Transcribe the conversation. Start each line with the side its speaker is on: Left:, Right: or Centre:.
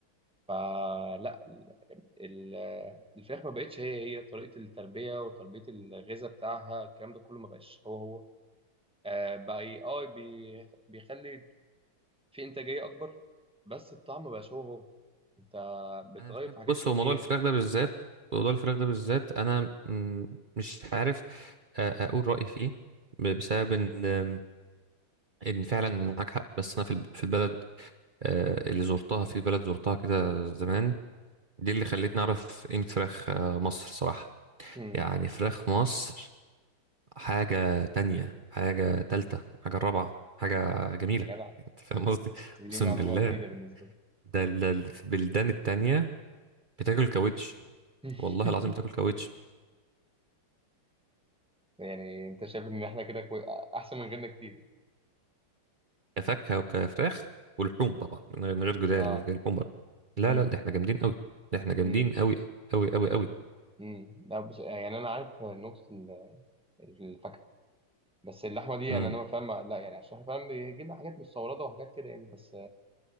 Centre: فلا ال- ال- الفراخ ما بقتش هي هي طريقه التربيه وتربيه الغذاء بتاعها الكلام ده كله ما بقاش هو هو آه، بقى ي- اه بي- بيخلي في انتاجيه اكبر بس الطعم ما بقاش هو هو انت بتغير
Right: انا مش فاهم
Centre: في حاجات
Right: بص
Centre: كتير
Right: هو موضوع الفراخ ده بالذات موضوع الفراخ ده بالذات انا مم، مش عارف آه، اقول رايي فيه ب- بسبب ان آم، ان فعلا معاك حق بس انا في الب- في البلد آه، اللي زرتها في بلد زرتها كده زمان دي اللي خلتني اعرف قيمه فراخ آه، مصر صراحه
Centre: امم
Right: يعني فراخ مصر حاجه تانية حاجه تالتة حاجه رابعه حاجه جميله
Centre: يا جدع
Right: انت فاهم قصدي
Centre: دي
Right: اقسم
Centre: معلومة
Right: بالله
Centre: جديدة بالنسبة لي
Right: ده ال- ال- في البلدان التانية بتاكل كاوتش
Centre: <laughs>
Right: والله العظيم بتاكل كاوتش
Centre: يعني انت شايف ان احنا كده كوي... احسن من غيرنا كتير
Right: كفاكهه وكفراخ ولحوم طبعا من غير من غير جدال
Centre: اه
Right: اللحوم بره لا
Centre: امم
Right: لا ده احنا جامدين قوي ده احنا جامدين
Centre: امم
Right: قوي قوي قوي قوي
Centre: امم لا بس يعني انا عارف نقطة ال- الفاكهة بس اللحمة دي يعني
Right: امم
Centre: انا ما فاهم لا يعني عشان احنا فاهم بيجي لنا حاجات مستوردة وحاجات كده يعني بس